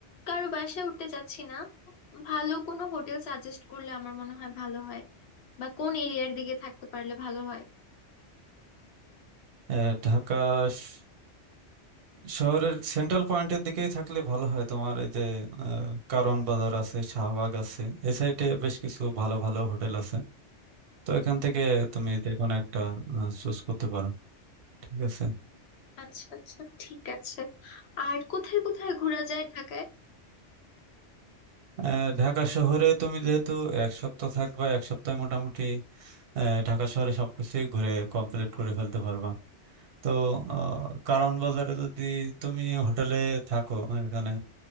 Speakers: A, on the left; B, on the right.
A: কারো বাসায় উঠতে চাচ্ছি না ভালো কোনো হোটেল সাজেস্ট করলে আমার মনে হয় ভালো হয় বা কোন এরিয়ার দিকে থাকতে পারলে ভালো হয়
B: আহ, ঢাকা শ- শহরের সেন্ট্রাল পয়েন্টের দিকেই থাকলে ভালো হয় তোমার এই যে আহ, কারওয়ান বাজার আছে শাহবাগ আছে এই সাইডে বেশ কিছু ভালো ভালো হোটেল আছে তো এখান থেকে তুমি যে কোনো একটা চুজ করতে পারো ঠিক আছে
A: আচ্ছা আচ্ছা ঠিক আছে আর কোথায় কোথায় ঘোরা যায় ঢাকায়
B: আহ, ঢাকা শহরে তুমি যেহেতু এক সপ্তাহ থাকবা এক সপ্তাহে মোটামুটি আহ, ঢাকা শহরে সবকিছুই ঘুরে কমপ্লিট করে ফেলতে পারবা তো আহ, কারওয়ান বাজারে যদি তুমি হোটেলে থাকো এখানে